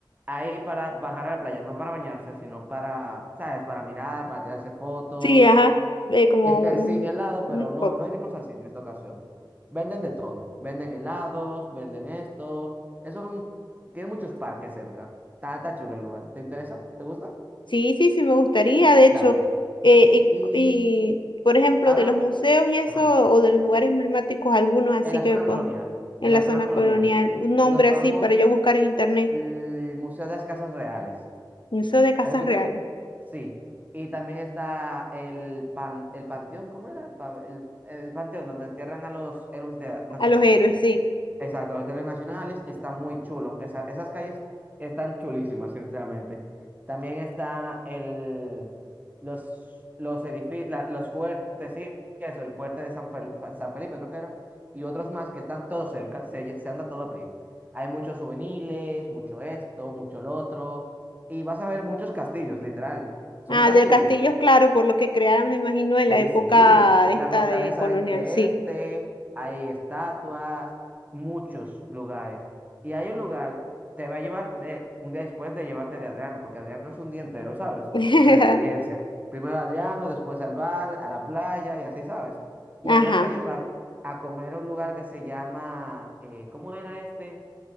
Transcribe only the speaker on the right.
ahí para bajar a la playa, no para bañarse, sino para, ¿sabes? Para mirar, para tirarse fotos
Está el
cine al lado, pero
no, no iremos al cine en esta ocasión. Venden de todo. Venden helados, venden esto. Es un... Tiene muchos parques cerca. Está, está chulo el lugar. ¿Te interesa? ¿Te gusta?
Claro.
Y
ahora,
ajá,
en la
zona
colonial.
En la
zona
colonial.
Nos vamos
al Museo de las Casas Reales.
¿Has escuchado?
Sí. Y también está el, pan, el panteón, ¿cómo era? El, pa- el, el panteón donde entierran a los héroes de- nacionales.
Exacto, los héroes nacionales está muy chulo. Esa- esas calles están chulísimas, sinceramente. También está el, los, los edificios, los fuertes, sí, eso, el fuerte de San, Fel- Fa- San Felipe, creo que era, y otros más que están todos cerca, se, lle- se anda todo a pie. Hay muchos juveniles, mucho esto, mucho lo otro, y vas a ver muchos castillos, literal. Son
castillos.
Sí,
sí,
la
fortaleza
de, de
este, hay estatuas, muchos lugares. Y hay un lugar, te va a llevar de- un día después de llevarte de Adriano, porque Adriano es un día entero, ¿sabes?
La experiencia. Primero Adriano, después al bar, a la playa y así, ¿sabes? Y
allá te va a llevar a comer a un lugar que se llama, eh, ¿cómo era este?